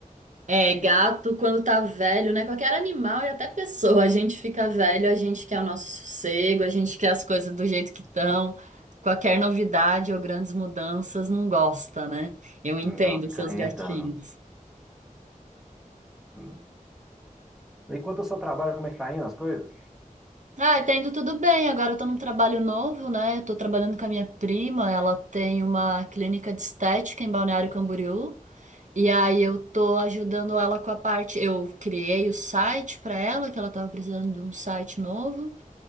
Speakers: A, on the right (about 60°); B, in the centre.
A: É, gato, quando tá velho, né? Qualquer animal e até pessoa, a gente fica velho, a gente quer o nosso sossego, a gente quer as coisas do jeito que estão. Qualquer novidade ou grandes mudanças não gosta, né? Eu entendo
B: Não, fica
A: seus
B: rentando.
A: gatinhos.
B: Hum. Enquanto eu seu trabalho, como é que tá indo as coisas?
A: Ah, tá indo tudo bem. Agora eu tô num trabalho novo, né? Eu tô trabalhando com a minha prima, ela tem uma clínica de estética em Balneário Camboriú. E aí eu tô ajudando ela com a parte. Eu criei o site pra ela, que ela tava precisando de um site novo.